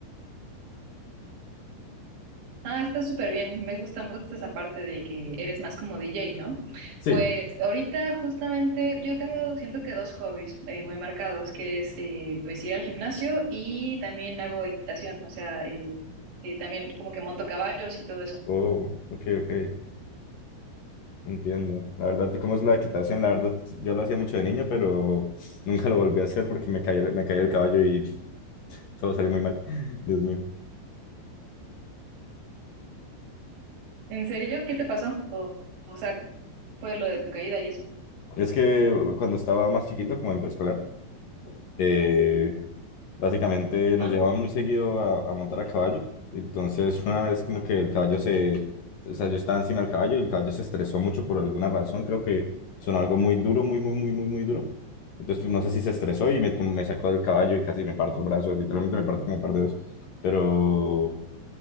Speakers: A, on the right; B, on the left.
A: Ah, está súper bien. Me gusta, me gusta esa parte de que eres más como DJ, ¿no?
B: Sí.
A: Pues ahorita justamente yo tengo, siento que dos hobbies eh, muy marcados, que es eh, pues ir al gimnasio y también hago equitación, o sea, eh, eh, también como que monto caballos y todo eso.
B: Oh, ok, ok. Entiendo. La verdad, ¿cómo es la equitación? La verdad, yo lo hacía mucho de niño, pero <laughs> nunca lo volví a hacer porque me caí, me caí el caballo y todo salió muy mal. <laughs> Dios mío.
A: ¿En serio? ¿Qué te pasó? O, o sea, ¿fue lo de tu caída y eso?
B: Es que uh, cuando estaba más chiquito, como en preescolar, eh, Básicamente
A: Ajá.
B: nos llevaban muy seguido a, a montar a caballo. Entonces, una vez como que el caballo se... O sea, yo estaba encima del caballo y el caballo se estresó mucho por alguna razón. Creo que sonó algo muy duro, muy, muy, muy, muy, muy duro. Entonces, pues, no sé si se estresó y me, tum- me sacó del caballo y casi me parto el brazo. Literalmente me parto como un par de dedos. Pero,